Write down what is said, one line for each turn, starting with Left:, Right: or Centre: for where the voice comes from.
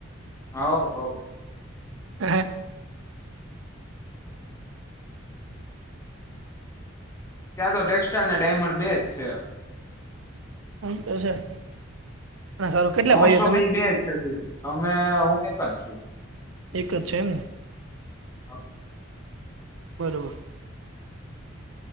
Left: હ, હ.
Right: <unintelligible>
Left: ત્યાં તો ટેક્સટાઈલ અનેને ડાયમંડ બેજ છે.
Right: <unintelligible> અને સારું કેટલા
Left: નોન
Right: ભાઈઓ
Left: સોપ
Right: તમે
Left: બે જ છે, અમે હું એક જ છું.
Right: એક જ છે, એમને
Left: હ.
Right: <unintelligible>